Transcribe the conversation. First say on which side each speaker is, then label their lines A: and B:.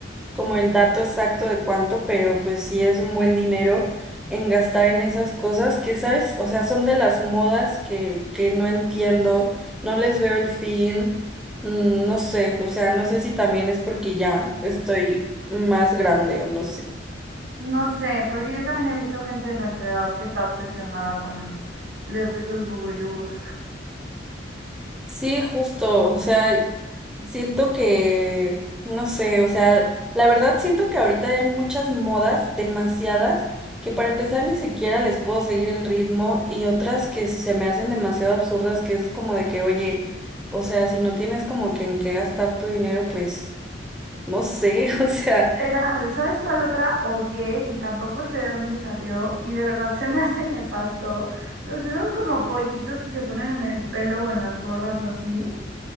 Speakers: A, in the centre; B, on the right (about 75°).
A: como el dato exacto de cuánto, pero pues sí es un buen dinero en gastar en esas cosas que, ¿sabes? O sea, son de las modas que, que no entiendo, no les veo el fin, mm, no sé, o sea, no sé si también es porque ya estoy más grande o no sé.
B: No sé, porque yo también he visto gente de nuestra edad que está obsesionada con los esos bubulubus.
A: Sí, justo, o sea, siento que, no sé, o sea, la verdad siento que ahorita hay muchas modas, demasiadas, que para empezar ni siquiera les puedo seguir el ritmo y otras que se me hacen demasiado absurdas, que es como de que, oye, o sea, si no tienes como que en qué gastar tu dinero, pues, no sé, <laughs> o sea,
B: Literal, ¿sabes cuál otra odié y tampoco sé de dónde salió? Y de verdad se me <laughs> hace nefasto. Los esos como pollitos que se ponen en el pelo o en las gorras o así.